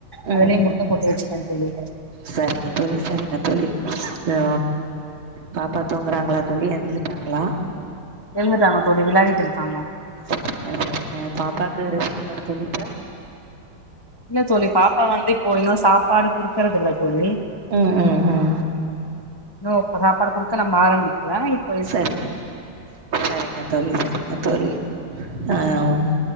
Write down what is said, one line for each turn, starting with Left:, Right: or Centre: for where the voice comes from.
Left: அதுலயே
Right: ம்
Left: முட்ட
Right: ம்
Left: போட்டு
Right: ம்
Left: வெச்சுட்ட தோழி
Right: சரிங்க தோழி சரிங்க தோழி அ பாப்பா தூங்குறாங்களா தோழி எழுந்துட்டாங்ளா
Left: எழுந்துட்டாங்க தோழி விளாடிட்டு இருக்காங்க
Right: சரிங்க சரிங்க பாப்பாக்கு சாப்பாடு தோழி இப்ப
Left: இல்ல தோழி பாப்பா வந்து இப்போ இன்னு சாப்பாடு குடுக்கறதில்ல தோழி
Right: ம் ம் ம்
Left: இன்னு சாப்பாடு குடுக்க நம்ப ஆரம்பிக்கல இப்
Right: சரி சரிங்க தோழி சரிங்க தோழி அ ம்